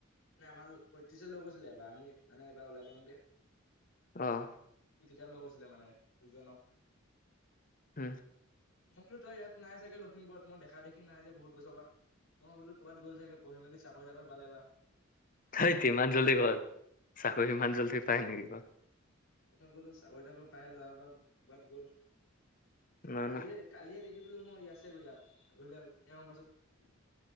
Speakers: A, on the left; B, on the left.
A: মানে আমাৰ পঁয়ত্ৰিশ লৈ গৈছিলে এবাৰ আমি মানে এবাৰ ওলাই যাওঁ দে
B: আহ
A: তেতিয়া লগ হৈছিলে মানে দুজনক
B: হম
A: মইতো তই ইয়াত নাই চাগে লখিমপুৰত মই দেখা দেখি নাই যে বহুত বছৰ পৰা মই বোলো ক'ৰবাত গ'ল চাগে পঢ়ি মেলি চাকৰি তাকৰি পালে বা
B: তত ইমান জল্দি কৰ চাকৰি ইমান জল্দি পায় নেকি ক
A: বলো চাকৰি তাকৰি পাই লৰা বা ক'ৰবাত গ'ল
B: বাৰু না
A: কালিহে
B: না
A: কালিহে দেখ বোলো মই ইযাতছে গৈ ইযাত তেওঁ মাজত <unintelligible>